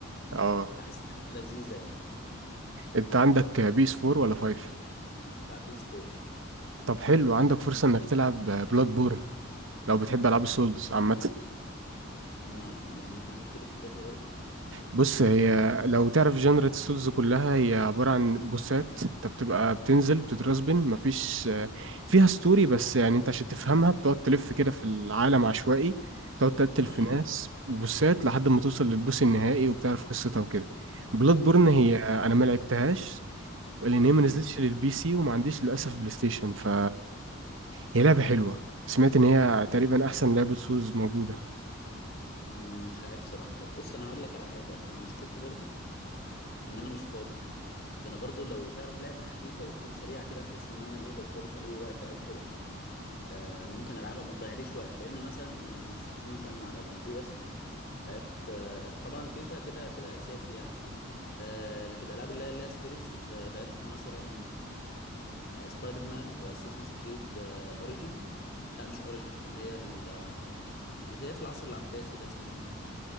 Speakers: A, on the right; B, on the left.
A: اه
B: فحاسس انها هتبقى لذيذه يعني
A: انت عندك بيس 4 ولا 5
B: لا بيس فور
A: طب حلو عندك فرصة انك تلعب بلاد بورن لو بتحب العاب السولز عامة
B: ما يعني ممكن تحكي لي فكرتها برضو
A: بص هي لو تعرف جنرة السولز كلها هي عبارة عن بوسات انت بتبقى بتنزل بتترسبن مفيش فيها ستوري بس يعني انت عشان تفهمها بتقعد تلف كده في العالم عشوائي تقعد تقتل
B: <coughs>
A: في ناس بوسات لحد ما توصل للبوس النهائي وبتعرف قصتها وكده بلاد بورن
B: <clears throat> مم.
A: هي انا ما لعبتهاش لان
B: مم.
A: هي ما نزلتش للبي سي وما عنديش للاسف بلاي ستيشن ف هي لعبه حلوه سمعت ان هي
B: مم.
A: تقريبا احسن لعبه سولز موجوده
B: مم. مش عارف صراحة طب بص انا هقول لك على حاجة انا مشكلتي برضو ان انا مش فاضي فانا برضو لو تعرف لعبه خفيفه وتكون سريعه كده بحيث ان انا ايه لو فاضي في اي وقت او كده آه ممكن العبها ما تضيعليش وقت لان مثلا انا نزلت مثلا على البي اس لعبت آه طبعا فيفا كده كده اساسي يعني آه لكن الالعاب اللي هي اللي هي ستوريز آه لعبت مثلا آه سبايدر مان واساسنز كريد آه اوريجن لا مش اوريجن اللي هي ال- اللي هي في العصر العباسي ده اسمه ايه